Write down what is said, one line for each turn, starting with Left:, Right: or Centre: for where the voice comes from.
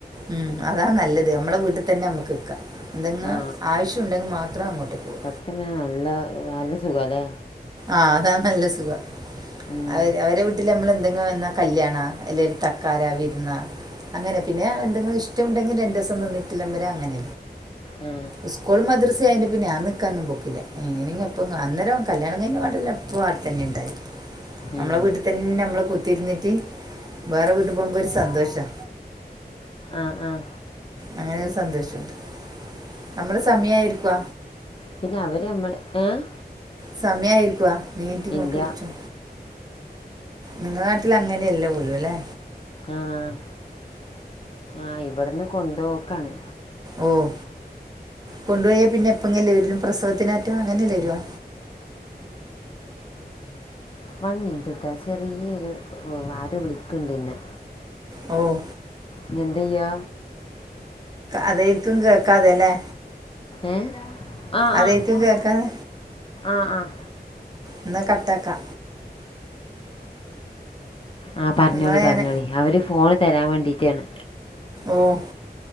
Right: ഉം അതാ നല്ലത് നമ്മളെ വീട്ടിൽ തന്നെ നമ്മക്ക് നിക്കാ. എന്തെങ്ങ
Left: ആ
Right: ആവശ്യുണ്ടെങ്കിൽ മാത്രം അങ്ങോട്ടേക്ക് പോക.
Left: <unintelligible> നല്ല നല്ല സുഖല്ലേ?
Right: ആഹ് അതാ നല്ല സുഖം
Left: ഉം.
Right: അവര് അവരെ വീട്ടിൽ നമ്മൾ എന്തെങ്കിലും വന്നാ കല്യാണ, അല്ലെൽ തക്കാരാ വിർന്നാ അങ്ങനെ പിന്നെ എന്തെങ്കിലും ഇഷ്ടമുണ്ടെങ്കിൽ രണ്ടു ദീസം നിന്നിട്ടും വരാ,, അങ്ങനെ
Left: ആ
Right: ഇഷ് സ്കൂളും, മദ്രസിം ആയെണ്ട് പിന്നെ ഞാൻ നിക്കാനൊന്നും പോക്കില്ല. എങ്ങനെങ്കി അപ്പം അന്നേരം കല്യാണം കഴിഞ്ഞ പാടെല്ലാം എപ്പോ അവിടെത്തന്നെ ഇണ്ടായി നമ്മളെ
Left: ഉം.
Right: വീട്ടിൽ തന്നെ നമ്മള് കുത്തിയിരുന്നിട്ട്, വേറെ വീട്ടിൽ പോകുമ്പോൾ ഒരു സന്തോഷാ
Left: ആഹ് ആഹ്
Right: അങ്ങനെയൊരു സന്തോഷുണ്ട്. നമ്മള് സമയായിരിക്കുവ
Left: പിന്നെ അവർ നമ്മളെ ഏഹ്
Right: സമയ ആയിരിക്കുവ നീഇൻക്ക് ഇങ്ങോട്ട്
Left: ഇല്ല
Right: വിളിച്ചോ. നിങ്ങളെ നാട്ടിൽ അങ്ങനെയല്ലേ പോലും ല്ലെ
Left: ആഹ് ആഹ് ഇവിട്ന്ന് കൊണ്ടോക്കാണ്.
Right: ഓഹ്! കൊണ്ടുപോയാൽ പിന്നെ എപ്പങ്ങല്ലേ വെരുഒള്ളു പ്രസവത്തിന അറ്റം അങ്ങനെയല്ലേ വരുവാ
Left: വൺ മിനിറ്റ് ട്ടോ ചെറിയൊരു ആരോ വിളിക്ക്ണ്ട്ന്നെ
Right: ഓഹ്!
Left: ഇനി എന്തയ്യാ?
Right: അതേയിരിക്കും കേക്കാതെല്ലെ
Left: ഏഹ് ആഹ്
Right: അതായിരിക്കും
Left: ആഹ്
Right: കേൾക്കാതെ
Left: ആഹ് ആഹ്
Right: എന്ന കട്ടാക്കാ
Left: ആഹ് പർഞ്ഞോളി
Right: നിങ്ങളെ
Left: പർഞ്ഞോളി
Right: ഞാൻ
Left: അവര് ഫോണ് തരാൻ വേണ്ടിട്ടാണ്.
Right: ഓഹ്!